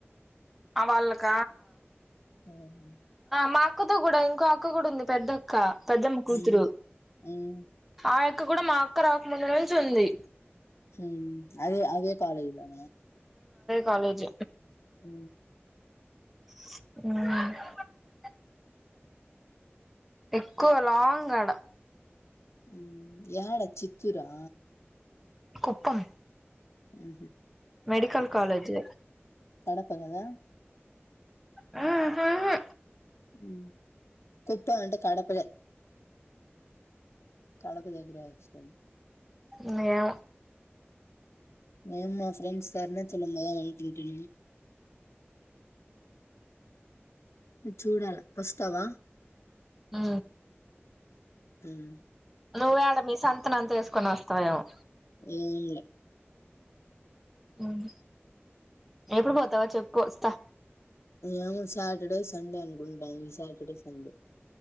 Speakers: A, in the centre; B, on the left.
A: అ వాళ్క
B: ఉమ్,
A: మా అక్కతో కూడా ఇంకో అక్క కూడా ఉంది పెద్ద అక్క పదం కూతురు
B: ఉమ్, ఉమ్,
A: ఆయ అక్క కూడా మా అక్క రాకముందు నుంచి ఉంది
B: హ అదే అదే కాలేజ్ ఆ
A: కాాలేజ్
B: ఓ
A: అ ఎక్కువ లాంగ్ అడ
B: ఉ యాడ చిత్తూరా
A: కుప్పం
B: ఉ
A: మెడికల్ కాలేజ్
B: పడప కదా
A: హ్మ్ హ్మ్ హు
B: మ్మ్ కుప్ప అంట కడపదే కడప దగ్గరే వస్తుంది
A: హ్మ్ యా
B: మేము మా ఫ్రెండ్స్ అరుణాచలం మొదాం అనుకుంటున్నాము చూడాల వస్తావా
A: ఆ
B: మ్మ్
A: నువ్వు ఎడ మీ సంత్ త్తనంత చేసుకొని వస్తావేమో
B: ఏం ల్యా
A: మ్మ్ ఎప్పుడు పోతావా చెప్పు వస్తా
B: ఏమ సాటర్డే సండే అనుకుంటం సాటర్డే సండే